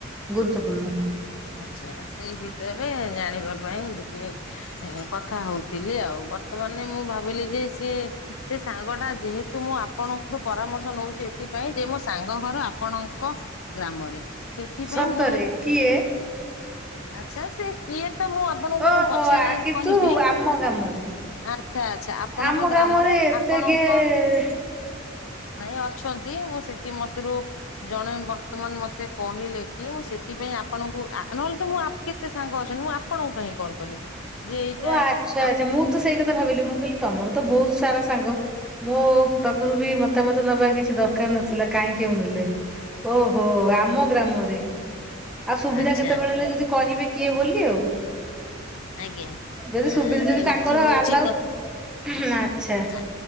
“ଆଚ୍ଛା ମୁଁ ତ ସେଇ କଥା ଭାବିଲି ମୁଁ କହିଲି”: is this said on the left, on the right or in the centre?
Centre